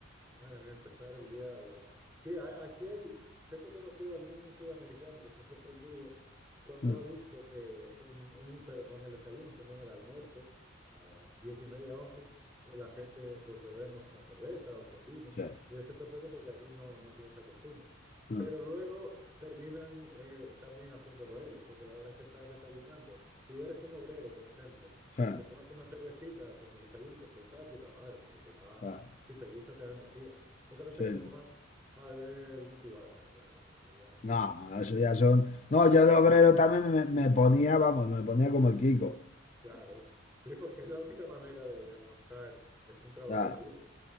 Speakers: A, on the right; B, on the left.
A: Madre mía, empezar el día. guau. Sí, hay- aquí hay. Sé que he conocido a algún sudamericano que se ha sorprendido cuando
B: Mm,
A: ha visto que en, en un, pero no en el desayuno, sino en el almuerzo, a las diez y media, once, eh, la gente pues bebemos una cerveza o con vino.
B: Sí,
A: Y ellos se sorprende porque allí no, no tiene esa costumbre.
B: mm,
A: Pero luego terminan eh, también haciéndolo ellos, porque la verdad es que estás desayunando. Si eres un obrero, por ejemplo,
B: sí,
A: te tomas una cervecita con el desayuno y te sientas de puta madre, porque te da
B: claro,
A: si te gusta, te da energía. Otra cosa
B: sí,
A: es que
B: sí.
A: te pongas a beber un cubata, claro, eso ya,
B: No, eso ya son. No, yo de obrero también me, me ponía, vamos, me ponía como el Kiko.
A: claro. Sí, porque es la única manera de, de aguantar, es un trabajo
B: Ya,
A: duro.